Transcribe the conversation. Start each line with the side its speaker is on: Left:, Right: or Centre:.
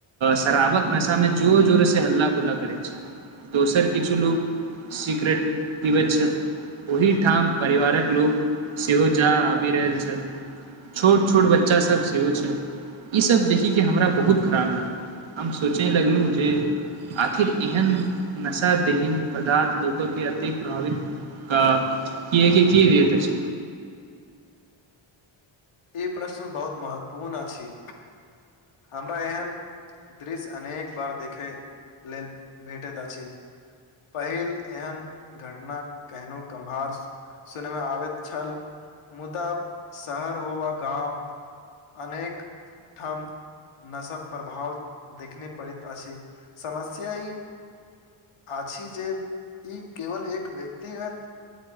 Right: शराबक नशा मे जोर जोर से हल्ला गुल्ला करै छै दोसर किछु लोक सिक्रेट पिबै छल ओहि ठाम परिवारक लोक सेहो जा आबि रहल छल छोट छोट बच्चा सभ सेहो छै ईसभ देखिक के हमरा बहुत खराब लागल हम सोचय लगलहुँ जे आखिर एहन नशा देहीन पदार्थ लोको के अति प्रभावित अ की की की तस
Left: ई प्रश्न बहुत महत्वपूर्ण अछि हमरा एहन दृश्य अनेक बार देखै लेल भेटैत अछि पहिल एहन घटना केहनो कम्भारस सुनमे आबैत छल मुदा शहर हो वा गाँव अनेक ठाम नसब प्रभाव देखने पड़ैत अछि समस्या ह आछी जे ई केवल एक व्यक्तिगत